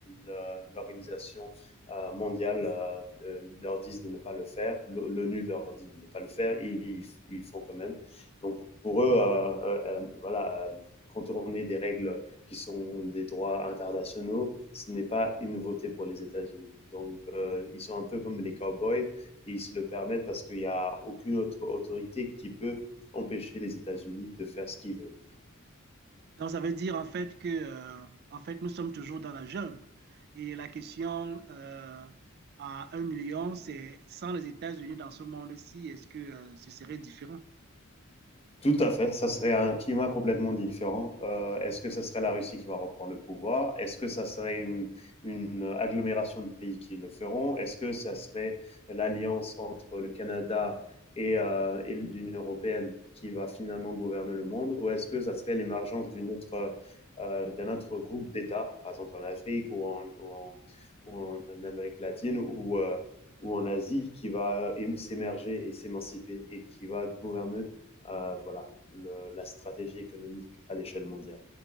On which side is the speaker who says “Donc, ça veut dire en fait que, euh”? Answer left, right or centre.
Right